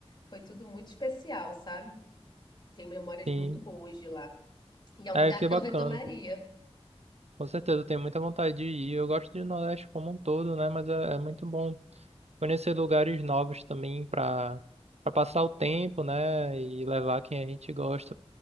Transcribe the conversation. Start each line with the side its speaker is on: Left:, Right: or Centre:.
Left: foi tudo muito especial, sabe? Tenho memórias
Right: Sim.
Left: muito boas de lá. E é um
Right: É,
Left: lugar
Right: que
Left: que
Right: bacana.
Left: eu retornaria.
Right: Com certeza, eu tenho muita vontade de ir. Eu gosto de Nordeste como um todo, né? Mas é, é muito bom conhecer lugares novos também para para passar o tempo, né? E levar quem a gente gosta